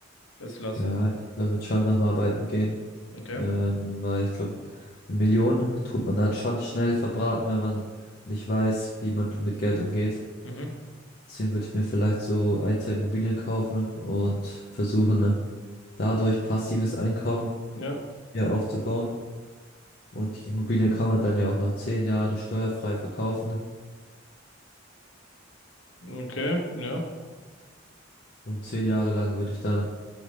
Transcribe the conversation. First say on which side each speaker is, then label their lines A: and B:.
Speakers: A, on the left; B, on the left.
A: es lassen?
B: Ja, ich glaube, ich würde schon noch arbeiten gehen.
A: Okay.
B: Äh, weil ich glaube, eine Million tut man dann schon schnell verbraten, wenn man nicht weiß, wie man mit Geld umgeht.
A: Mhm.
B: Deswegen würde ich mir vielleicht so ein, zwei Immobilien kaufen und versuchen, dadurch passives Einkommen
A: Ja.
B: ja aufzubauen. Und die Immobilien kann man dann ja auch nach zehn Jahren steuerfrei verkaufen.
A: Okay. Ja.
B: Und zehn Jahre lang würde ich dann